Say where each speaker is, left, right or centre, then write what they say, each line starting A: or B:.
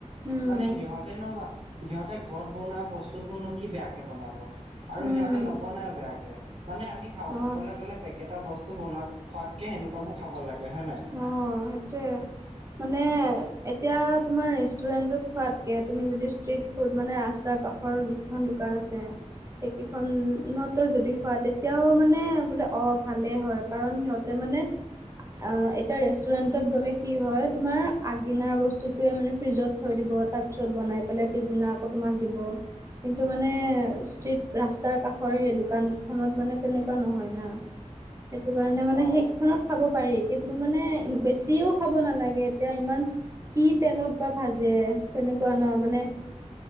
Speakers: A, on the right; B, on the right.
A: উম
B: মানে সিহঁতেনো বা সিহঁতে ঘৰত বনোৱা বস্তুতটোনো কি বেয়াকে বনাব। আৰু
A: উম
B: সিহঁতে নবনাইও বেয়াকে মানে আমি খাওঁ ক'বলে
A: অ
B: গলে পেকেটৰ বস্তু বনোৱাত খোৱাতকে সেনেকুৱাবো খাব লাগে হয় নাই।
A: অ', সেইটোৱে মানে এতিয়া তোমাৰ ৰেষ্টুৰেণ্টত খোৱাতকে তুমি যদি ষ্ট্ৰিট ফুড মানে ৰাস্তা কাষৰ যিখন দোকান আছে সেইকীখনতো যদি খোৱা তেতিয়াও মানে বোলে অ ভালেই হয় কাৰণ সিহঁতে মানে অ', এটা ৰেষ্টুৰেণ্টত গ'লে কি হয় তোমাৰ আগদিনাৰ বস্তুটোৱে মানে ফ্ৰিজত থৈ দিব তাৰপিছত বনাই পেলাই পিছদিনা আকৌ তোমাক দিব। কিন্তু মানে ষ্ট্ৰীট ৰাস্তাৰ কাষৰ সেই দোকানকেইখনত মানে তেনেকুৱা নহয় না। সেইটো কাৰণে মানে
B: অ'।
A: সেইকিখনত খাব পাৰি। কিন্তু মানে বেছিও খাব নালাগে এতিয়া ইমান কি তেলত বা ভাজে তেনেকুৱা ন মানে